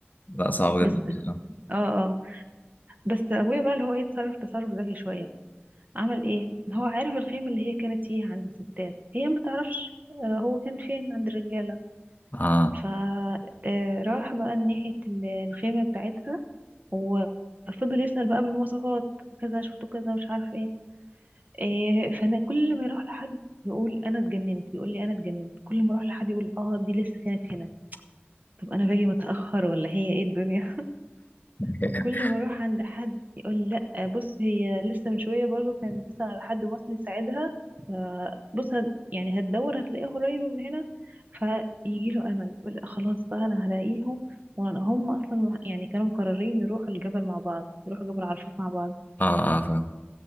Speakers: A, on the left; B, on the right.
A: لا صعب جدا
B: بس
A: بصراحة.
B: اه اه بس ابويا بقى اللي هو يتصرف تصرف ذكي شويه عمل ايه هو عارف الخيمه اللي هي كانت فيها عند الستات هي ما تعرفش آه، هو كان فين عند الرجاله
A: اه
B: فراح بقى ناحية ال- الخيمة بتاعتها وفضل يسأل بقى بالمواصفات كذا شفته كذا مش عارف ايه إيه، فانا كل ما يروح لحد يقول انا اتجننت يقول لي انا اتجننت كل ما اروح لحد يقول اه دي لسه كانت هنا طب انا باجي متأخر ولا هي ايه الدنيا
A: <laughs>
B: وكل ما اروح عند حد يقول لا بص هي لسه من شويه برضو كانت بتسأل على حد مصري يساعدها فبص هت يعني هتدور هتلاقيها قريبه من هنا فيجي له امل يقول لأ خلاص بقى انا هلاقيهم وهم اصلا يعني كانوا مقررين يروحوا الجبل مع بعض يروحوا جبل عرفات مع بعض
A: اه اه فاهم